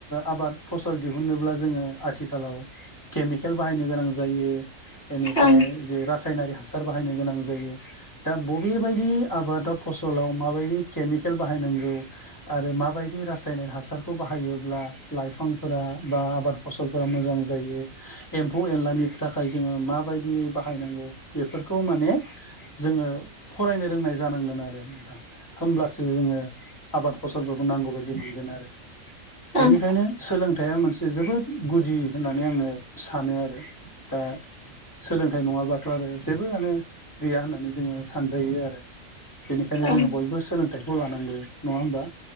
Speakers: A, on the left; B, on the left.
A: आबाद फसल दिहुनोब्ला जोङो आथिखालाव केमिकेल बाहायनो गोनां जायो बेनिफ्राय
B: ओं
A: जा रासायनारि हासार बाहायनो गोनां जायो। दा बबे बायदि आबादा फसलाव माबायदि केमिकेल बाहायनांगौ आरो माबायदि रासायनिक हासारखौ बाहायोब्ला लाइफांफोरा बा आबाद फसलफोरा मोजां जायो एम्फौ एनलानि थाखाय जोङो माबायदि बाहायनांगौ बेफोरखौ माने जोङो फरायनो रोंनाय जानांगोन आरो नोंथां होमब्लासो जोङो आबाद फसलफोरखौ नांगौ बायदि मोन <inaudible> आरो
B: ओं
A: बेनिखायनो सोलोंथाइया मोनसे जोबोद गुदि होननानै आङो सानो आरो दा दा सोलोंथाइ नङाबाथ' आरो जेबोआनो गैया होननानै जोङो सानजायो आरो बेनिखायनो
B: ओं
A: जोङो बयबो सोलोंथाइखौ लानांगौ नङा होमबा।